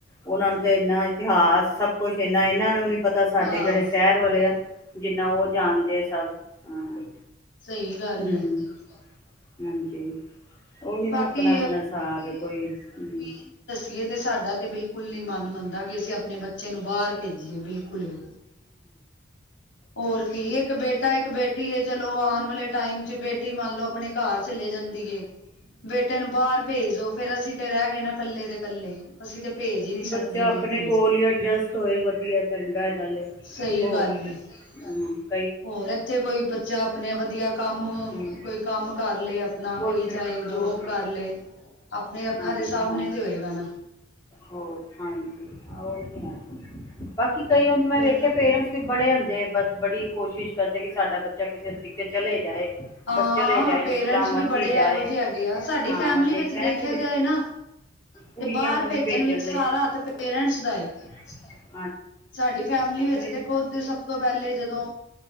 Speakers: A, on the left; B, on the left.
A: ਉਹਨਾਂ ਨੂੰ ਤੇ ਇੰਨਾ ਇਤਿਹਾਸ ਸਭ ਕੁਛ ਇਨਾ ਇਹਨਾਂ ਨੂੰ ਵੀ ਪਤਾ ਸਾਡੇ
B: ਹਾਂ
A: ਜਿਹੜੇ ਸ਼ਹਿਰ ਵਾਲੇ ਆ, ਜਿੰਨਾ ਉਹ ਜਾਣਦੇ ਆ ਸਭ ਹਾਂ।
B: ਸਹੀ ਗੱਲ
A: ਹੂੰ,
B: ਹੈ
A: ਹਾਂਜੀ। ਉਹੀ ਨਾ
B: ਬਾਕੀ
A: ਆਪਣਾ-ਆਪਣਾ ਹਿਸਾਬ ਕੋਈ ਹੂੰ,
B: ਗੇ ਤੇ ਸਾਡਾ ਤੇ ਬਿਲਕੁਲ ਨੀ ਮਨ ਮੰਨਦਾ, ਕਿ ਅਸੀਂ ਆਪਣੇ ਬੱਚੇ ਨੂੰ ਬਾਰ ਭੇਜੀਏ ਬਿਲਕੁਲ ਵੀ। ਹੋਰ ਕੀ ਇੱਕ ਬੇਟਾ, ਇੱਕ ਬੇਟੀ ਐ ਚਲੋ ਆਣ ਵਾਲੇ ਟਾਈਮ ਚ ਬੇਟੀ ਮੰਨ ਲਓ ਆਪਣੇ ਘਰ ਚਲੇ ਜਾਂਦੀ ਐ। ਬੇਟੇ ਨੂੰ ਬਾਹਰ ਭੇਜ ਦੋ, ਫੇਰ ਅਸੀਂ ਤੇ ਰਹਿ ਗਏ ਨਾ ਕੱਲੇ ਦੇ ਕੱਲੇ, ਅਸੀਂ ਤੇ ਭੇਜ ਹੀ ਨਹੀਂ ਸਕਦੇ।
A: ਚਲ ਆਪਣੇ
B: ਬਿਲਕੁਲ
A: ਕੋਲ
B: ਵੀ
A: ਹੀ, ਐਡਜਸਟ ਹੋਏ, ਵਧੀਆ ਚੰਗਾ ਨਾਲੇ
B: ਸਹੀ
A: ਹੋਰ
B: ਗੱਲ
A: ਕੀ ਹਾਂ।
B: ਏ ਹੋਰ ਇੱਥੇ ਕੋਈ ਬੱਚਾ ਆਪਣੇ ਵਧੀਆ ਕੰਮ
A: ਹਮ
B: ਕੋਈ ਕੰਮ ਕਰ ਲਏ, ਆਪਣਾ
A: ਕੁਛ
B: ਕੋਈ
A: ਵੀ
B: ਚਾਹੇ
A: ਹੋਰ
B: ਜੋਬ,
A: ਕੀ
B: ਕਰ ਲਏ। ਆਪਣੇ ਅੱਖਾਂ
A: ਹਾਂਜੀ
B: ਦੇ ਸਾਹਮਣੇ
A: ਹਾਂਜੀ
B: ਤੇ ਹੋਏਗਾ ਨਾ।
A: ਹੋਰ ਹਾਂਜੀ ਹੋਰ ਕਿਆ ਬਾਕੀ ਕਈ ਮੈਂ
B: ਚਲੋ
A: ਵੇਖਿਆ ਪੇਰਟਸ ਬੜੇ ਹੁੰਦੇ, ਬਸ ਬੜੀ ਕੋਸ਼ਿਸ਼ ਕਰਦੇ ਕਿ ਸਾਡਾ ਬੱਚਾ, ਕਿਸੇ ਤਰੀਕੇ ਚਲੇ ਜਾਏ।
B: ਹਾਂ,
A: ਬਸ ਚਲੇ ਜਾਏ
B: ਪੇਰੈਂਟਸ
A: ਜਿਸ ਤਰ੍ਹਾਂ ਮਰਜ਼ੀ
B: ਵੀ ਬੜੇ
A: ਜਾਏ
B: ਇਹੋ ਜਿਹੇ ਹੈਗੇ ਆ ਸਾਡੀ
A: ਹਾਂ
B: ਫੈਮਿਲੀ
A: ਮੈਂ
B: ਵਿੱਚ ਦੇਖ- ਦੇਖਿਆ
A: ਨਾ ਕੁੜੀ
B: ਜਾਏ ਨਾ
A: ਕੁੜੀਆਂ
B: ਤੇ ਬਾਹਰ
A: ਨੂੰ ਵੀ
B: ਭੇਜਣ ਵਿੱਚ ਸਾਰਾ
A: ਲਈ
B: ਹੱਥ ਪੇਰੈਂਟਸ ਦਾ ਏ
A: <inaudible>
B: ਸਾਡੀ ਫੈਮਲੀ
A: ਉਹੀ
B: ਵਿੱਚ ਤੇ, ਖੁਦ ਸਭ ਤੋਂ ਪਹਿਲੇ ਜਦੋਂ